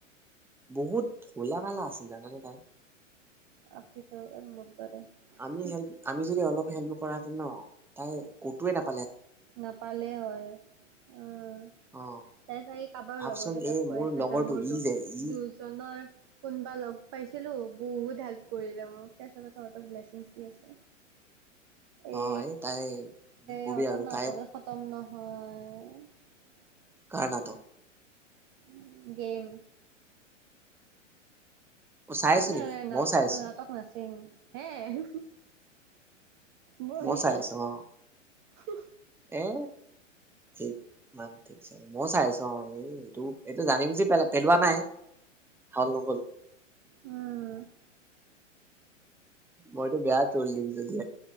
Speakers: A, in the centre; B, on the right.
A: বহুত ভোলা ভালা আছিল জানানে তাই
B: আপিতো এহ মোৰ দৰে,
A: আমি
B: হুম
A: হেল্প আমি যদি অলপ হেল্প নকৰা হেতেঁন ন তাই ক'তোৱে নাপ
B: নাপালেই হয়, অহ
A: অ
B: তাই চাগে কাৰোবাৰ
A: ভাবচোন
B: লগৰ কেইটাক
A: এই
B: কৈ
A: মোৰ
B: আছে
A: লগৰটো
B: যে মোৰ
A: ই
B: দু
A: যে ই
B: দুজনৰ কোনোবা লগ পাইছিলো বহুত হেল্প কৰিলে মোক তাৰপিছতে তহঁতক ব্লেচিংছ দি আছে এ
A: অহ এই তাই নক'বি
B: ইহঁতৰ
A: আৰু
B: নাটকে
A: তাই
B: খতম নহয় আ
A: কাৰ নাটক
B: উম গেম
A: অ চাই আছ
B: নাই
A: নেকি
B: নাই নাট
A: ময়ো চাই আছো
B: নাটক নাছিল হে হু বঢ়িয়া,
A: ময়ো চাই আছো অ
B: হু
A: এ ঠিক ম ঠিক। মই চাই আছো অ', এই এইটো এইটো জান বুজি পেলাই পেলোৱা নাই, হল নগল।
B: উম।
A: ম বেয়া ট্ৰল দিম যদি